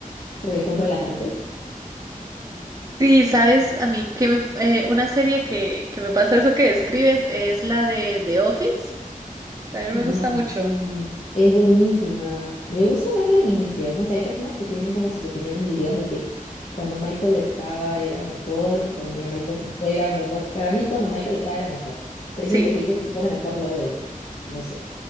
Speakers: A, on the left; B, on the right.
A: porque son relajantes.
B: Sí, sabes, a mí que me- eh, una serie que, que me pasa eso que describes es la de The Office. También
A: Ya,
B: me gusta mucho.
A: sí. Es buenísima. Me gusta más la al inicio. No sé, hay personas que tienen como sus opiniones divididas de que cuando Michael estaba era mejor y cuando ya Michael se fue era mejor. Para mí, cuando Michael estaba era mejor. Pero
B: Sí.
A: hay gente que dice que se pone mejor luego de él. No sé.